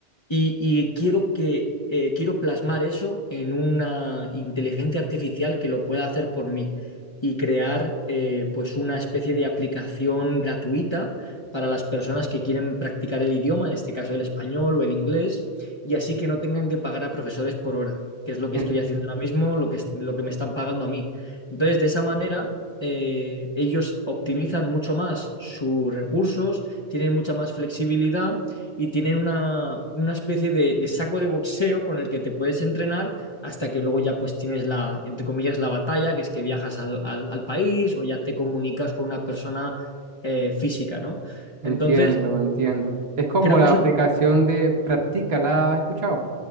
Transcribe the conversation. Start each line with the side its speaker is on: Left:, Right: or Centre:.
Left: y, y quiero que eh, quiero plasmar eso en una inteligencia artificial que lo pueda hacer por mí y crear eh, pues una especie de aplicación gratuita para las personas que quieren practicar el idioma, en este caso el español o el inglés, y así que no tengan que pagar a profesores por hora, que es lo que
Right: en-
Left: estoy haciendo ahora mismo, lo que, es- lo que me están pagando a mí. Entonces, de esa manera, eh, ellos optimizan mucho más sus recursos, tienen mucha más flexibilidad y tienen una, una especie de, de saco de boxeo con el que te puedes entrenar hasta que luego ya pues tienes la, entre comillas, la batalla, que es que viajas al, al- al país o ya te comunicas con una persona eh, física, ¿no?
Right: Entiendo,
Left: Entonces,
Right: entiendo. Es como
Left: creo
Right: la
Left: que eso...
Right: aplicación de Practica, ¿la has escuchado?